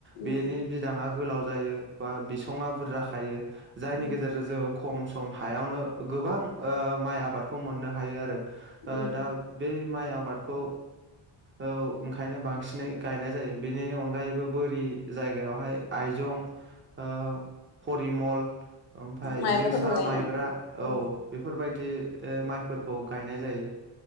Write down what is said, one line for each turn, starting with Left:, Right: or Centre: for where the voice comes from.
Right: बेनि
Left: उम
Right: बिदाङा गोलाव। जायो बा बिसंङा बुरजा खायो। जायनि
Left: उम
Right: गेजेर खम सम हायावनो गोबां ओ-माइ आबादखौ मोननो हायो आरो। ओ-दा
Left: उम
Right: बे माइ आबादखौ ओ-ओंखायनो बांसिनै गायनाय जायो बेनि अनगायैबो बोरि जायगायावहाय आइजं ओ-फरिमल। ओमफाय
Left: माइब्राफोरबो
Right: जोसा
Left: गायोना?
Right: माइब्रा औ
Left: उम
Right: बेफोर बायदि। बिदि माइफोरखौ गायनाय जायो।